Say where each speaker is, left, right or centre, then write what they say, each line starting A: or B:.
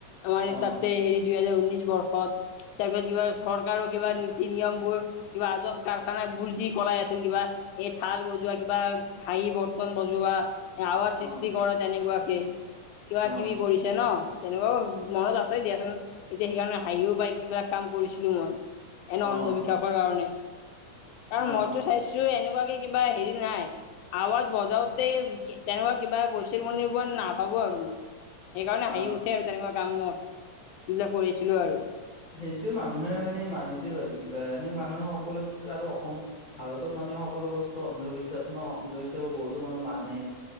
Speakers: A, on the left; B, on the left.
A: আমাৰ
B: অ
A: তাতে হেৰি দুহেজাৰ ঊনৈশ বৰ্ষত। তাৰপিছত কিবা চৰকাৰৰ কিবা নীতি নিয়মবোৰ কিবা আজব কাৰখান বোৰ যি কৰাই আছিল কিবা এই থাল বজোৱা কিবা কাহি বৰ্তন বজোৱা আৱাজ
B: অ
A: সৃষ্টি কৰা তেনেকুৱাকে কিবা
B: অ
A: কিবি কৰিছে ন তেনেকুৱাও মনত আছে দিয়াচোন এতিয়া সেইকাৰণে হাঁহিও পায় কিবা কাম কৰিছিলো মই এনে
B: অ
A: অন্ধবিশ্বাসৰ কাৰণে কাৰণ
B: অ
A: মইতো
B: অ
A: চাইছো এনেকুৱাকে কিবা হেৰি নাই আৱাজ বজাওঁতে তেনেকুৱা কিবা গৈছিল বুলি মই নাভাবো আৰু মই। সেইকাৰণে হাঁহি
B: অ।
A: উঠে আৰু তেনেকুৱা কামত এইবিলাক কৰিছিলো আৰু।
B: সেইটোয়ে মানুহে মানে মানিছিল আৰু কিবা এনেই মানুহে সকলো আৰু অসম ভাৰতত মান। সকলো বস্তু অন্ধবিশ্বাস ন অন্ধবিশ্বাসো বহুতো মানুহ মান।